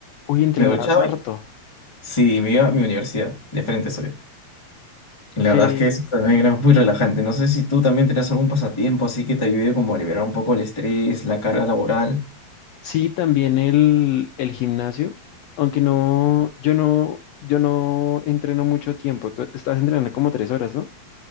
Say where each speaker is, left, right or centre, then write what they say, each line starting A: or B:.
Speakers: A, on the left; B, on the left.
A: Uy, entrenabas
B: Me duchaba
A: harto.
B: y sí, me iba a mi universidad, de frente soy. Y la
A: Que
B: verdad es que eso también era muy relajante. No sé si tú también tenías algún pasatiempo así que te ayude como a liberar un poco el estrés, la carga laboral.
A: sí, también el, el gimnasio, aunque no, yo no, yo no entreno mucho tiempo. Tú estás entrenando como tres horas, ¿no?